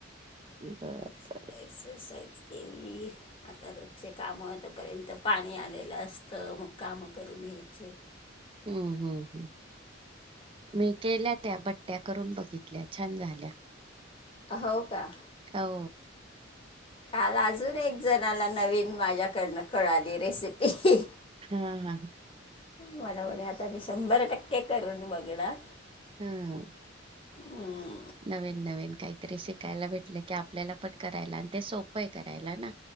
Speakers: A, on the right; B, on the left.
A: बर,
B: एक्स
A: बर.
B: एक्सरसाइज केली. आता रोजचे काम होईपर्यंत पाणी आलेलं असतं मग काम करून घ्यायचे.
A: हम्म, हम्म, हम्म. मी केल्या त्या बट्ट्या करून बघितल्या छान झाल्या.
B: हो, का?
A: हो.
B: काल अजून एक जणाला नवीन माझ्याकडनं कळाली रेसिपी ही.
A: हा, हा.
B: मला म्हणे आता मी शंभर टक्के करून बघणार.
A: हम्म.
B: हम्म.
A: नवीन, नवीन काहीतरी शिकायला भेटलं की, आपल्याला पण करायला आणि ते सोपं आहे करायला ना.